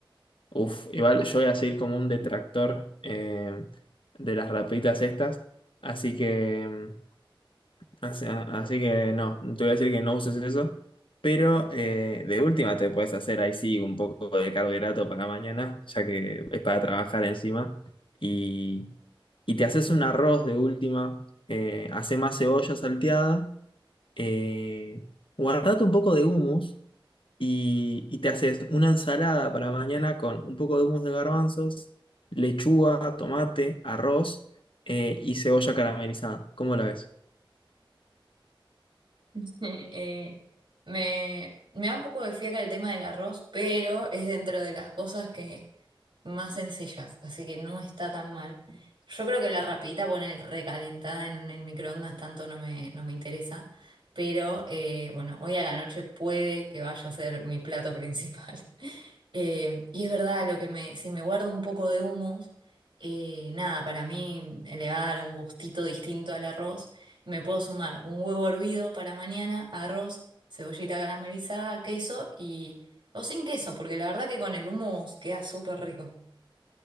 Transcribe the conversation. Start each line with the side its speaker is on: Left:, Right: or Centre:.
Left: Uf, igual yo voy a seguir como un detractor eh, de las rapiditas estas, así que... em, Así, a- así que no, te voy a decir que no uses eso, pero eh, de última te puedes hacer ahí sí un poco de carbohidrato para mañana, ya que es para trabajar encima, y, y te haces un arroz de última, eh, hace más cebolla salteada, eh, guardate un poco de hummus y, y te haces una ensalada para mañana con un poco de hummus de garbanzos, lechuga, tomate, arroz eh, y cebolla caramelizada. ¿Cómo la ves?
Right: <laughs> Eh, me, me da un poco de fiaca el tema del arroz, pero es dentro de las cosas que más sencillas, así que no está tan mal. Yo creo que la rapidita poner recalentada en el microondas tanto no me, no me interesa, pero eh, bueno, hoy a la noche puede que vaya a ser mi plato principal. <laughs> Eh, y es verdad, lo que me, si me guardo un poco de humus, eh, nada, para mí le va a dar un gustito distinto al arroz. Me puedo sumar un huevo hervido para mañana, arroz, cebollita caramelizada, queso y... O sin queso, porque la verdad que con el hummus queda súper rico.